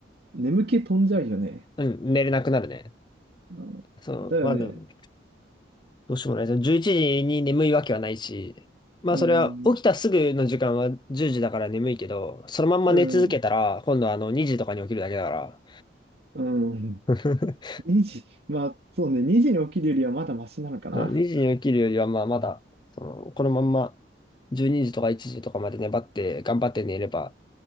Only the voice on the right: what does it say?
眠気飛んじゃうよね。
うんだよね。
うん、
うん、
うん。
2時、まあ、そうね、2時に起きるよりはまだマシなのかな。